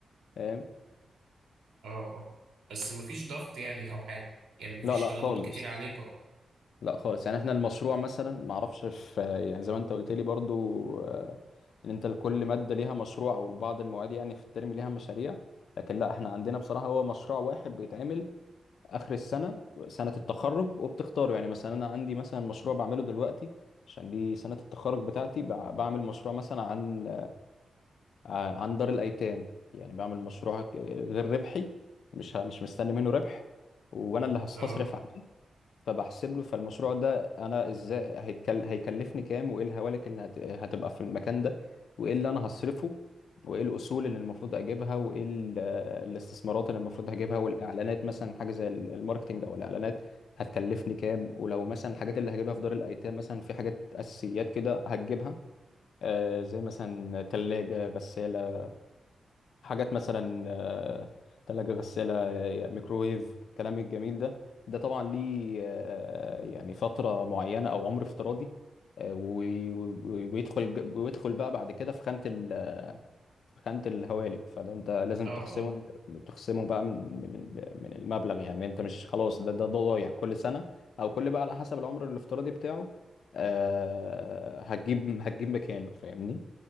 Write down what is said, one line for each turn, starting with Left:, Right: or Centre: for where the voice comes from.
Left: فاهم
Right: اه اه بس مفيش ضغط يعني أو حاجة يعني مفيش
Left: لا لا
Right: طلبات
Left: خالص
Right: كتير عليك أو
Left: لا خالص يعني احنا المشروع مثلا ما اعرفش في يعني زي ما انت قلت لي برضو آه، ان انت لكل ماده ليها مشروع او بعض المواد يعني في الترم ليها مشاريع لكن لا احنا عندنا بصراحه هو مشروع واحد بيتعمل اخر السنه سنه التخرج وبتختاره يعني مثلا انا عندي مثلا مشروع بعمله دلوقتي عشان دي سنه التخرج بتاعتي بع- بعمل مشروع مثلا عن آه، عن دار الايتام يعني بعمل مشروع غير ربحي مش ه- مش مستني منه ربح وانا اللي هصرف
Right: اه اه
Left: عليه فبحسب له فالمشروع ده انا ازاي هيتكل... هيكلفني كام وايه الهوالك اللي هت... هتبقى في المكان ده وايه اللي انا هصرفه وايه الاصول اللي المفروض اجيبها وايه ال... الاستثمارات اللي المفروض هجيبها والاعلانات مثلا حاجه زي ال- الماركتينج او الاعلانات هتكلفني كام ولو مثلا الحاجات اللي هجيبها في دار الايتام مثلا في حاجات اساسيات كده هتجيبها آه زي مثلا ثلاجه غساله حاجات مثلا آه، تلاجة غسالة آه، ميكروويف الكلام الجميل ده ده طبعا ليه آه، يعني فترة معينة أو عمر افتراضي آه، وي- وي- ويدخل ج- ويدخل بقى بعد كده في خانة ال آه، في خانة الهوالك فده أنت لازم
Right: اه
Left: تخصمه
Right: اه
Left: تخصمه بقى من من ال- من المبلغ يعني أنت مش خلاص ده ده ضايع كل سنة أو كل بقى على حسب العمر الافتراضي بتاعه آه، هتجيب هتجيب مكانه فاهمني